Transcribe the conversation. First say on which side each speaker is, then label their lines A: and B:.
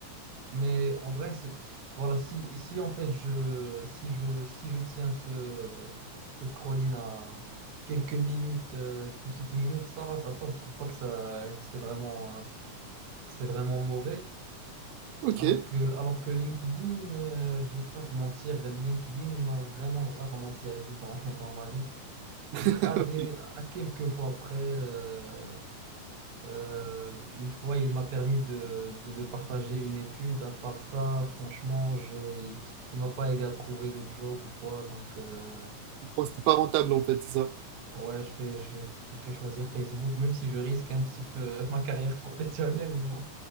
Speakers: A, on the right; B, on the right.
A: Mais en vrai, c'est, voilà, si, si en fait je, si je, si je tiens ce, ce scrolling à quelques minutes, euh, petites minutes, ça va, ça passe. Je trouve pas que ça, que c'est vraiment, hein, que c'est vraiment mauvais.
B: Ok.
A: Alors que, alors que LinkedIn, euh, je vais pas te mentir, LinkedIn m'a vraiment rarement servi dans, <laughs> dans ma vie.
B: <laughs>
A: À des, à quelques fois près, euh, euh, une fois, il m'a permis de, de, de partager une étude. À part ça, franchement, j'ai, il, il m'a pas aidé à trouver de job ou quoi. Donc, euh,
B: Bon, C'était pas rentable en fait, c'est ça.
A: ouais, je vais, je vais, je vais choisir Facebook, même si je risque un petit peu <laughs> ma carrière professionnelle, mais.